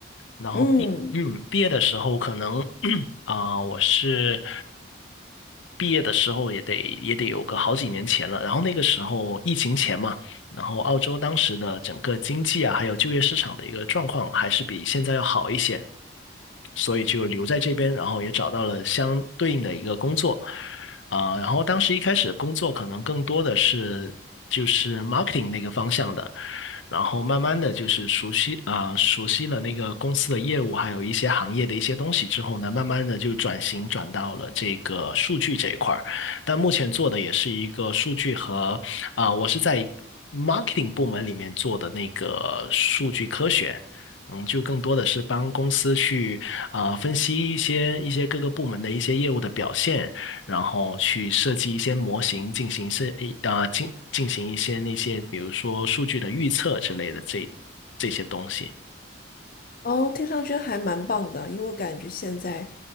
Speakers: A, on the left; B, on the left.
A: 然后毕嗯毕业的时候可能
B: 嗯。
A: <clears throat> 啊、我是毕业的时候也得也得有个好几年前了，然后那个时候疫情前嘛，然后澳洲当时的整个经济啊，还有就业市场的一个状况还是比现在要好一些，所以就留在这边，然后也找到了相对应的一个工作，啊、然后当时一开始的工作可能更多的是就是 marketing 那个方向的，然后慢慢的就是熟悉啊、熟悉了那个公司的业务，还有一些行业的一些东西之后呢，慢慢的就转型转到了这个数据这一块儿，但目前做的也是一个数据和啊、我是在。marketing 部门里面做的那个数据科学，嗯，就更多的是帮公司去啊、呃分析一些一些各个部门的一些业务的表现，然后去设计一些模型进行设一啊进进行一些那些比如说数据的预测之类的这这些东西。
B: 哦，听上去还蛮棒的，因为我感觉现在